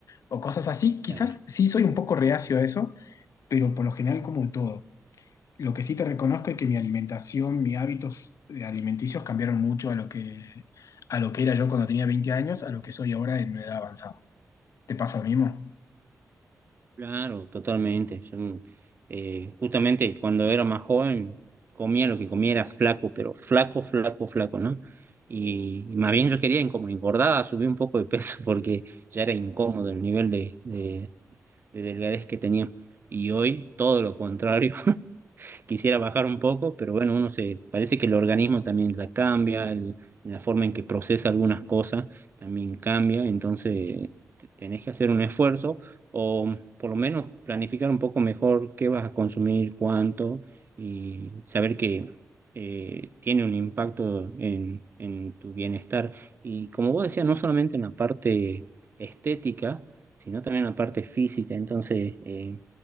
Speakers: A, on the left; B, on the right.
A: o cosas así. Quizás
B: claro,
A: sí soy un poco reacio a eso, pero por lo general como todo. Lo que sí te reconozco es que mi alimentación, mis hábitos de alimenticios cambiaron mucho a lo que, a lo que era yo cuando tenía 20 años, a lo que soy ahora en una edad avanzada. ¿Te pasa lo mismo?
B: claro, totalmente. Yo, eh, justamente cuando era más joven, comía lo que comía era flaco, pero flaco, flaco, flaco, ¿no? Y, y más bien yo quería, en- como engordaba, subir un poco de peso <laughs> porque ya era incómodo el nivel de, de, de delgadez que tenía. Y hoy todo lo contrario, quisiera bajar un poco, pero bueno, uno se, parece que el organismo también ya cambia, el- la forma en que procesa algunas cosas también cambia, entonces te- tenés que hacer un esfuerzo o por lo menos planificar un poco mejor qué vas a consumir, cuánto y saber que eh, tiene un impacto en, en tu bienestar. Y como vos decías, no solamente en la parte estética, sino también en la parte física. Entonces, eh,